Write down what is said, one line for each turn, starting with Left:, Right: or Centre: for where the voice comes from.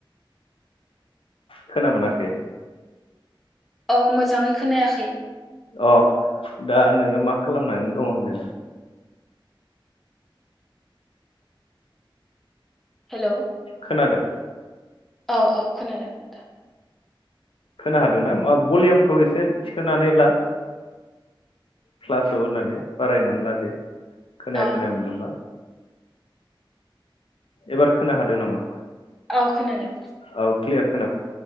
Left: खोना मोनाखै।
Centre: औ मोजाङै खोनायाखै।
Left: अ दा नोङो मा खालामनानै दङ होनदों?
Centre: हेलौ।
Left: खोनादों
Centre: औ औ खोनादों दा।
Left: खोना हादोंना माभलिमखौ एसे थिखोनानै ला क्लासाव होनानै बायनानै ला दे। खोनाया
Centre: औ
Left: खोनाया मोनदोंबा एबार खोना हादों नामा?
Centre: औ खोनादों
Left: औ क्लियार